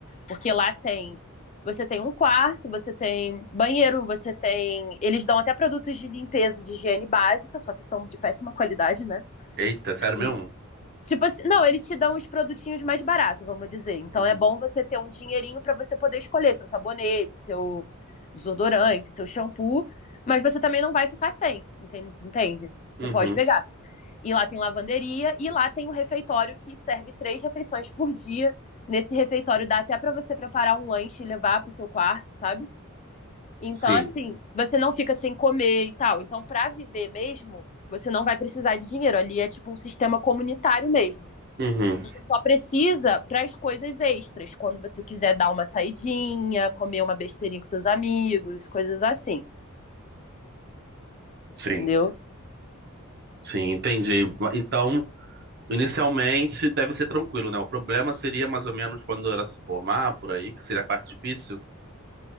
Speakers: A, on the left (about 35°); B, on the right (about 50°).
A: Porque lá tem. Você tem um quarto, você tem banheiro, você tem. Eles dão até produtos de limpeza, de higiene básica, só que são de péssima qualidade, né?
B: Eita, sério mesmo?
A: E, tipo assim, não, eles te dão os produtinhos mais baratos, vamos dizer. Então
B: Uhum.
A: é bom você ter um dinheirinho para você poder escolher seu sabonete, seu desodorante, seu shampoo, mas você também não vai ficar sem, entende? Você
B: Uhum.
A: pode pegar. E lá tem lavanderia e lá tem um refeitório que serve três refeições por dia. Nesse refeitório dá até para você preparar um lanche e levar para o seu quarto, sabe? Então,
B: Sim.
A: assim, você não fica sem comer e tal. Então, para viver mesmo, você não vai precisar de dinheiro. Ali é tipo um sistema comunitário mesmo.
B: Uhum.
A: Você só precisa para as coisas extras, quando você quiser dar uma saidinha, comer uma besteirinha com seus amigos, coisas assim, entendeu?
B: Sim. Sim, entendi. Va- Então, inicialmente deve ser tranquilo, né? O problema seria mais ou menos quando ela se formar por aí, que seria a parte difícil.